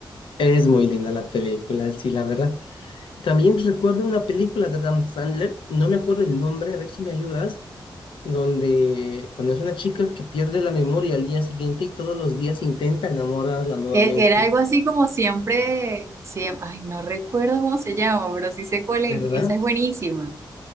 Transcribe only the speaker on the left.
Es muy linda la película, sí, la verdad. También recuerdo una película de Adam Sandler, no me acuerdo el nombre, a ver si me ayudas, donde cuando es una chica que pierde la memoria al día siguiente y todos los días intenta enamorarla nuevamente,
¿verdad?